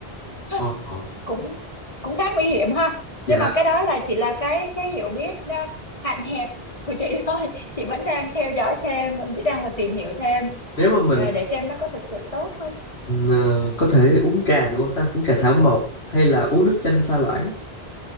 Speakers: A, on the left; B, on the left.
A: <laughs>
B: Ờ, ờ.
A: cũng cũng khá nguy hiểm ha
B: dạ
A: nhưng mà cái đó là chỉ là cái cái hiểu biết ờ, hạn hẹp của chị <laughs> thôi chị vẫn đang theo dõi thêm vẫn chỉ đang còn tìm hiểu thêm
B: nếu mà mình
A: ờ, để xem nó có thực sự tốt không
B: ờ, có thể uống trà được không ta uống trà thảo mộc hay là uống nước chanh pha loãng